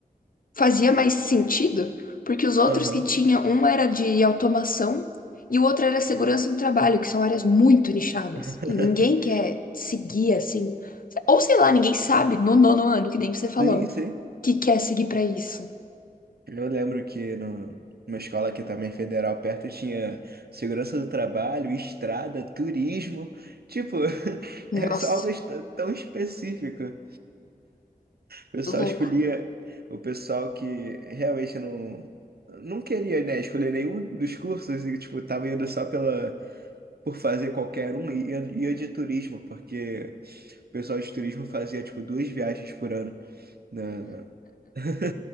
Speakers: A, on the left; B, on the right.
A: fazia mais sentido, porque os outros
B: Aham.
A: que tinha, um era de automação e o outro era segurança no trabalho, que são áreas muito nichadas.
B: <laughs>
A: E ninguém quer seguir assim, ou sei lá, ninguém sabe no nono ano, que nem você
B: Sim,
A: falou,
B: sim.
A: que quer seguir para isso.
B: Eu lembro que no, numa escola aqui também federal perto tinha segurança do trabalho, estrada, turismo. Tipo, <laughs>
A: Nossa,
B: é só algo est- tão específico. O pessoal
A: louco.
B: escolhia o pessoal que realmente não, não queria, né, escolher nenhum dos cursos e, tipo, tava indo só pela por fazer qualquer um e eu ia de turismo, porque o pessoal de turismo fazia tipo duas viagens por ano na <laughs>